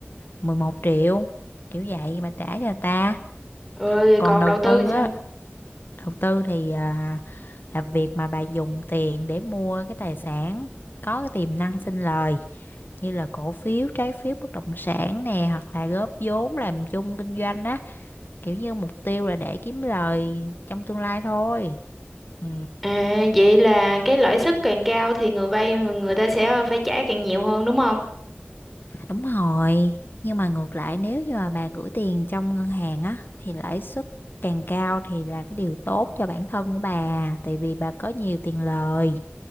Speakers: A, on the left; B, in the centre.
A: 11 triệu kiểu vậy bà trả cho người ta.
B: Rồi
A: Còn
B: còn
A: đầu
B: đầu tư
A: tư
B: thì sao?
A: á đầu tư thì à, là việc mà bà dùng tiền để mua cái tài sản có cái tiềm năng sinh lời như là cổ phiếu, trái phiếu bất động sản nè hoặc là góp vốn làm chung kinh doanh á, kiểu như mục tiêu là để kiếm lời trong tương lai thôi. Ừ.
B: À, vậy là cái lãi suất càng cao thì người vay mà người ta sẽ phải trả càng nhiều hơn đúng không?
A: Đúng rồi, nhưng mà ngược lại nếu như mà bà gửi tiền trong ngân hàng á thì lãi suất càng cao thì là cái điều tốt cho bản thân của bà tại vì bà có nhiều tiền lời.